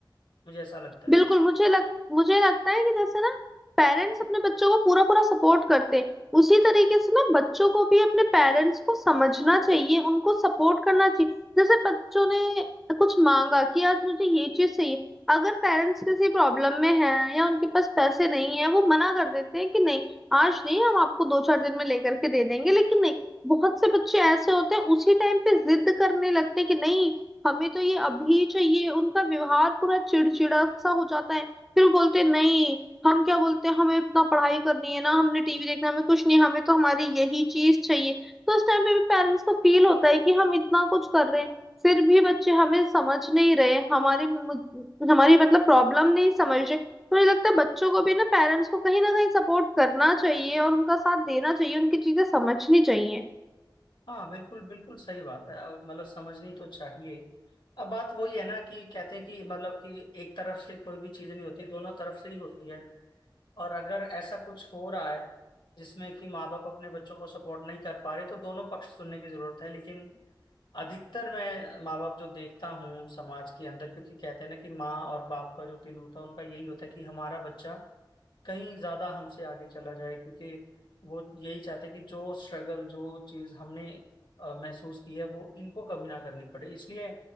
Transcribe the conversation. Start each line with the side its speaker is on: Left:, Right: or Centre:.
Left: मुझे ऐसा लगता है
Centre: बिल्कुल मुझे लग मुझे लगता है कि जैसे ना पेरेंट्स अपने बच्चों को पूरा पूरा सपोर्ट करते हैं उसी तरीके से ना बच्चों को भी अपने पेरेंट्स को समझना चाहिए उनको सपोर्ट करना चाहिए जैसे बच्चों ने कुछ मांगा कि आज मुझे ये चीज चाहिए अगर पेरेंट्स किसी प्रॉब्लम में हैं या उनके पास पैसे नहीं है वो मना कर देते हैं कि नहीं आज नहीं हम आपको दो चार दिन में लेकर के दे देंगे लेकिन नहीं बहुत से बच्चे ऐसे होते हैं उसी टाइम पे जिद करने लगते हैं कि नहीं हमें तो ये अभी चाहिए उनका व्यवहार पूरा चिड़चिड़ा सा हो जाता है फिर वो बोलते हैं, नहीं हम क्या बोलते हैं हमें इतना पढ़ाई करनी है ना हमने टीवी देखना है, हमें कुछ नहीं हमें तो हमारी यही चीज चाहिए तो उस टाइम पे भी पेरेंट्स को फील होता है कि हम इतना कुछ कर रहे हैं फिर भी बच्चे हमें समझ नहीं रहे हमारी मु- हमारी मतलब प्रॉब्लम नहीं समझ रहे तो मुझे लगता है बच्चों को भी ना पेरेंट्स को कहीं ना कहीं सपोर्ट करना चाहिए और उनका साथ देना चाहिए उनकी चीजें समझनी चाहिए
Left: हाँ बिल्कुल बिल्कुल सही बात है अब मतलब समझनी तो चाहिए अब बात वही है ना कि कहते हैं कि मतलब कि एक तरफ से कोई भी चीज नहीं होती दोनों तरफ से ही होती है और अगर ऐसा कुछ हो रहा है जिसमें कि माँ बाप अपने बच्चों को सपोर्ट नहीं कर पा रहे तो दोनों पक्ष सुनने की जरूरत है लेकिन अधिकतर मैं माँ बाप जो देखता हूँ समाज के अंदर क्योंकि कहते हैं ना कि माँ और बाप का जो दिल होता है उनका यही होता है कि हमारा बच्चा कहीं ज्यादा हमसे आगे चला जाए क्योंकि वो यही चाहते हैं कि जो स्ट्रगल जो चीज हमने अ, महसूस की है वो इनको कभी ना करनी पड़े इसलिए